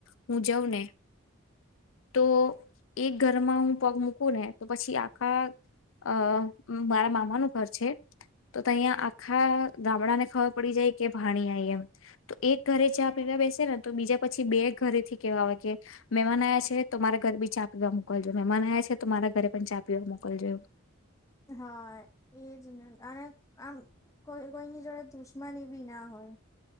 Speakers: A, on the left (about 70°); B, on the left (about 15°).
A: હું જઉં ને તો એક ઘરમાં હું પગ મૂકું ને તો પછી આખા અ મારા મામા નું ઘર છે તો તહીંયા આખા ગામડા ને ખબર પડી જાય કે ભાણી આઈ એમ. તો એક ઘરે ચા પીવા બેસે ને તો બીજા પછી બે ઘરે થી કેવા આવે કે મહેમાન આયા છે. તો મારા ઘરે બી ચા પીવા મોકલજો મહેમાન આયા છે તો મારા ઘરે પણ ચા પીવા મોકલજો એવું.
B: હા એજ ને અને આમ કોઈ કોઈની જોડે મની બી ના હોય.